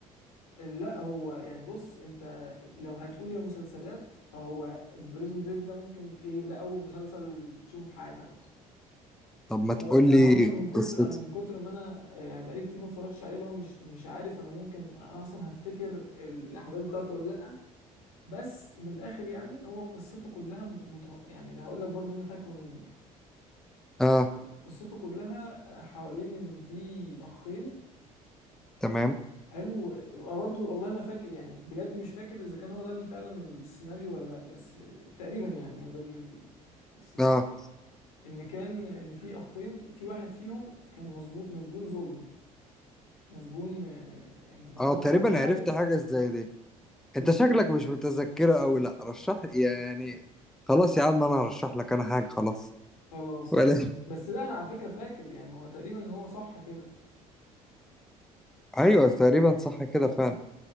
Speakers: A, on the left; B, in the centre.
A: لا هو يعني بص انت لو هتقول يا مسلسلات فهو بريزون بريك ده ممكن ايه ده اول مسلسل تشوفه في حياتك اصلا
B: طب ما تقول
A: هو انا
B: لي
A: اصلا من كتر
B: قصته
A: انا من كتر ما انا آه، هيبقى لي كتير ما اتفرجتش عليه اللي هو مش مش عارف انا ممكن انا اصلا هفتكر ال- الاحداث بتاعته ولا لا بس من الاخر يعني هو قصته كلها متم... يعني هقول لك برضو اللي انا فاكره منه يعني
B: اه
A: قصته كلها حوالين ان في اخين
B: تمام
A: حلو أه برضه والله ما فاكر يعني بجد مش فاكر اذا كان هو ده اللي فعلا السيناريو ولا لا بس تقريبا يعني هو ده ال- السيناريو
B: اه
A: ان كان ان في اخين في واحد فيهم كان مسجون مسجون ظلم مسجون آه، يعني ما
B: اه
A: هو
B: تقريبا
A: ما عملش حاجه
B: عرفت حاجة زي دي
A: بالظبط
B: انت شكلك مش متذكره قوي لا رشح يعني خلاص يا عم انا هرشح لك انا حاجه خلاص
A: خلاص
B: ولا <laughs>
A: بس لا انا على فكره فاكر يعني هو تقريبا ان هو صح كده
B: ايوه تقريبا صح كده فعلا